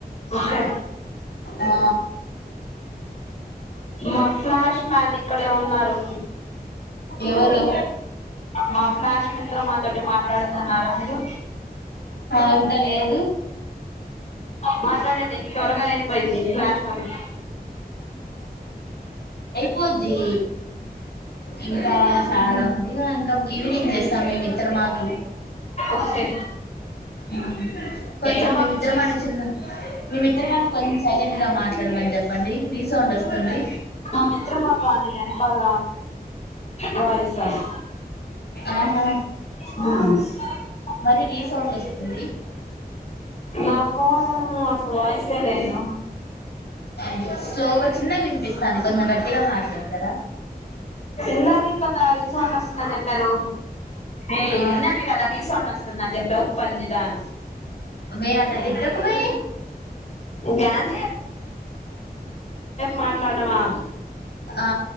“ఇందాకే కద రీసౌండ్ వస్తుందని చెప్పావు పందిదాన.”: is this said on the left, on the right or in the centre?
Left